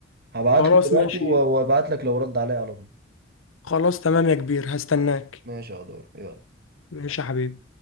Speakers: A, on the right (about 50°); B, on the left (about 85°).
A: هبعت
B: خلاص
A: له دلوقتي
B: ماشي
A: و- وابعت لك لو رد عليا على طول
B: خلاص تمام يا كبير هستناك
A: ماشي يا دور يلا
B: ماشي يا حبيبي